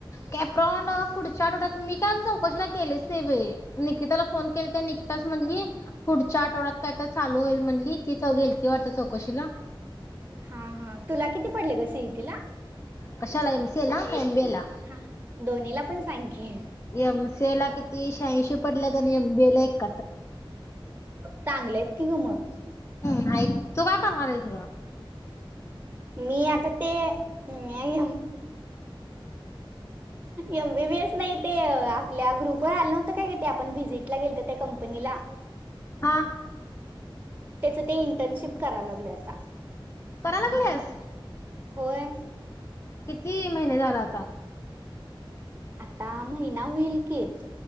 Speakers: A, on the left (about 30°); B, on the right (about 20°).
A: कॅप्रॉनड पुढच्या आठवड्यात मी काय चौकशीला गेलेच नाही भ निकिताला फोन केले त्या निकिता म्हणली पुढच्या आठवड्यात काय तर चालू होईल म्हणली ती च गेल ती वाटत चौकशीला
B: हा हा तुला किती पडले ग सीईटी ला
A: कशाला एम सी एला का एम बीला
B: हा दोन्हीला पण सांग की
A: एमसी ला किती शहाशी पडल्या आणि एमबी ला एक
B: चांगलेत कि ग मग
A: नाही तू काय का मारय त का
B: मी आता तेतेी एमबीबीएस नाही ते आपल्या ग्रुपवर आलंव्हतं काय का ते आपण व्हिजिटला गेल तर त्या कंपनीला
A: हा
B: त्याच ते इंटर्नशिप करायला लागलेत
A: करा लागलेस
B: होय
A: किती महिने झाला आता
B: आता महिना होईल कि